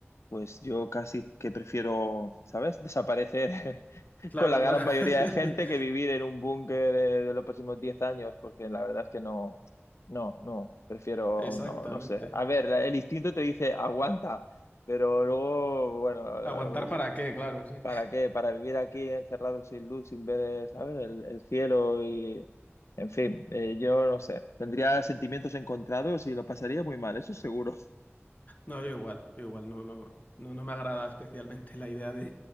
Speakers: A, on the left; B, on the left.
A: pues yo casi que prefiero, ¿sabes? Desaparecer <laughs>
B: Claro,
A: con la gran
B: claro.
A: mayoría
B: <laughs>
A: de gente que vivir en un búnker de, de los próximos 10 años, porque la verdad es que no, no, no, prefiero,
B: Exactamente.
A: no, no sé. A ver, la- el instinto te dice, aguanta, pero luego, bueno,
B: ¿Aguantar
A: eh,
B: para qué? Claro, sí.
A: ¿para qué? Para vivir aquí encerrado sin luz, sin ver, ¿sabes? El, el cielo y, en fin, eh, yo no sé. Tendría sentimientos encontrados y lo pasaría muy mal, eso seguro.
B: No, yo igual, yo igual, no, no, no, no me agrada especialmente <laughs> la idea de,